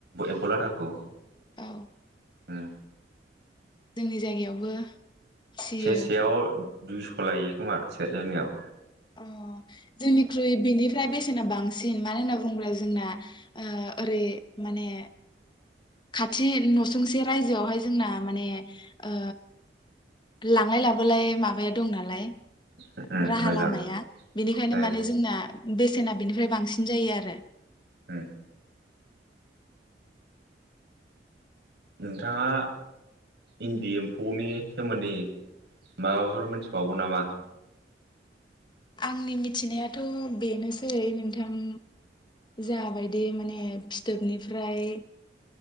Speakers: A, on the right; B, on the left.
A: एम्फौ लाथाखौ।
B: औ।
A: उम।
B: जोंनि जायगायावबो फिसियो
A: सेरसेयाव दुइस' लायो खोमा से जोंनियाव।
B: अ जोंनिख्रुइ बेनिफ्राय बेसे सेना बांसिन मानो होनना बुङोब्ला जोंना ओ ओरै माने खाथि नसुंसे रायजो आवहाय जोंना माने ओ लांलाय लाबोलाय माबाया दं नालाय
A: उम
B: राहा
A: मोजां
B: लामाया बेनिखायनो
A: ए
B: माने जोंना बेसेना बेनिफ्राय बांसिन जायो आरो।
A: ओ नोंथाङा इन्दि एम्फौनि सोमोन्दै माबाफोर मोनथिबावगौ नामा?
B: आंनि मिथिनायाथ बेनोसै नोंथां जाबायदि माने फिथोबनिफ्राय